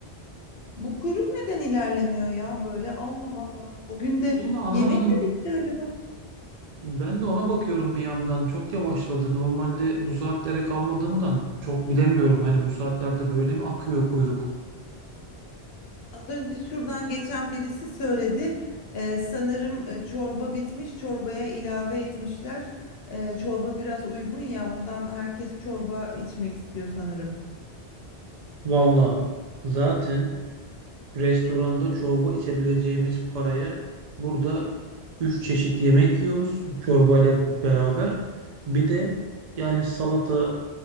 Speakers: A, on the left; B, on the right.
A: Bu kuyruk neden ilerlemiyor ya böyle? Allah Allah. Bugün de
B: Vallahi anlamadım
A: yemek mi bitti acaba?
B: Ben de ona bakıyorum bir yandan. Çok yavaşladı. Normalde bu saatlere kalmadığımdan çok bilemiyorum. Hani bu saatlerde böyle mi akıyor kuyruk?
A: Az önce şuradan geçen birisi söyledi. Ee, sanırım e, çorba bitmiş, çorbaya ilave etmişler. Ee, çorba biraz uygun ya, ondan herkes çorba içmek istiyor sanırım.
B: Valla zaten restoranda çorba içebileceğimiz paraya burada üç çeşit yemek yiyoruz çorbayla beraber. Bir de yani salata